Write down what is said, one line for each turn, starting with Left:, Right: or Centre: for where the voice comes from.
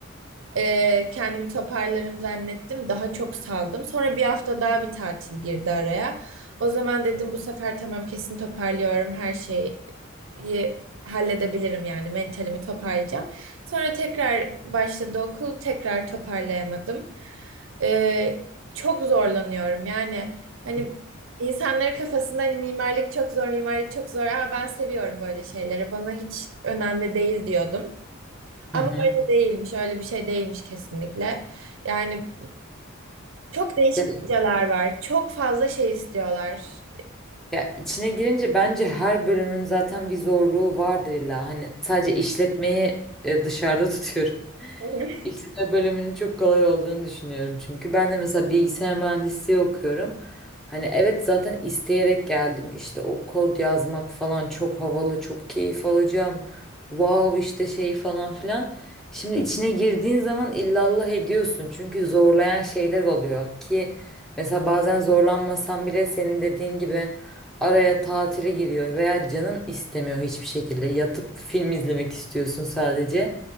Right: e, kendimi toparlarım zannettim. Daha çok saldım. Sonra bir hafta daha bir tatil girdi araya. O zaman dedim bu sefer tamam kesin toparlıyorum her şey iyi halledebilirim yani mentalimi toparlayacağım. Sonra tekrar başladı okul tekrar toparlayamadım. Ee, çok zorlanıyorum yani hani insanların kafasında hani mimarlık çok zor mimarlık çok zor. Aa, ben seviyorum böyle şeyleri bana hiç önemli değil diyordum.
Centre: Hı
Right: Ama
Centre: hı.
Right: öyle değilmiş öyle bir şey değilmiş kesinlikle. Yani çok değişik
Centre: Ya,
Right: hocalar var çok fazla şey istiyorlar.
Centre: ya içine girince bence her bölümün zaten bir zorluğu vardır illa. Hani sadece işletmeyi e, dışarıda <laughs> tutuyorum.
Right: <laughs>
Centre: İkisi de bölümünün çok kolay olduğunu düşünüyorum çünkü. Ben de mesela bilgisayar mühendisliği okuyorum. Hani evet zaten isteyerek geldim. İşte o kod yazmak falan çok havalı, çok keyif alacağım. Wow işte şey falan filan. Şimdi içine girdiğin zaman illallah ediyorsun. Çünkü zorlayan şeyler oluyor ki mesela bazen zorlanmasan bile senin dediğin gibi araya tatile giriyor veya canın istemiyor hiçbir şekilde. Yatıp film izlemek istiyorsun sadece.